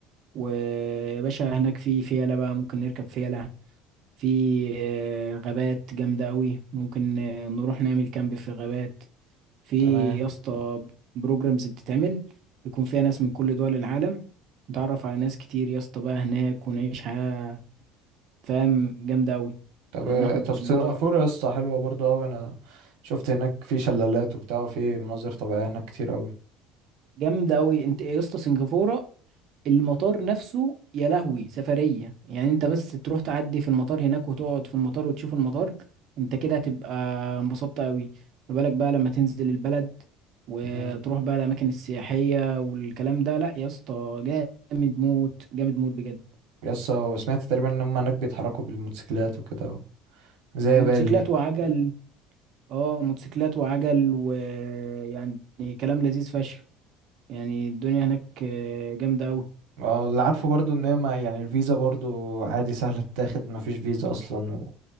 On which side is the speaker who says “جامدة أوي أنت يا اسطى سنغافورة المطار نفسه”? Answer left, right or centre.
Right